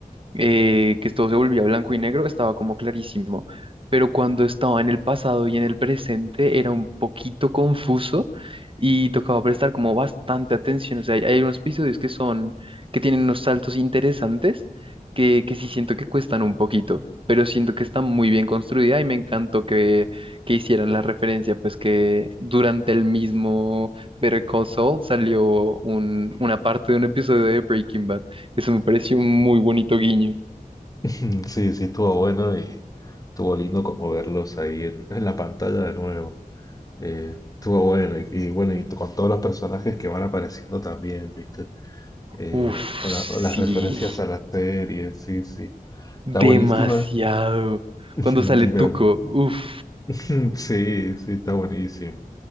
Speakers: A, on the right; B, on the left.
A: eh, que todo se volvía blanco y negro, estaba como clarísimo. Pero cuando estaba en el pasado y en el presente era un poquito confuso y tocaba prestar como bastante atención. O sea, hay, hay unos episodios que son, que tienen unos saltos interesantes que, que sí siento que cuestan un poquito, pero siento que está muy bien construida y me encantó que, que hicieran la referencia, pues que durante el mismo Better Call Saul salió un- una parte de un episodio de Breaking Bad. Eso me pareció un muy bonito guiño.
B: <laughs> Sí, sí, estuvo bueno y estuvo lindo como verlos ahí en, en la pantalla de nuevo. Eh, estuvo bueno y, y bueno, y con todos los personajes que van apareciendo también, ¿viste? Eh,
A: Uf,
B: o
A: sí.
B: la- o las referencias a la serie, sí, sí. Está
A: Demasiado.
B: buenísima. <laughs>
A: Cuando
B: Y
A: sale Tuco.
B: me-
A: Uf.
B: <laughs> Sí, sí, está buenísimo.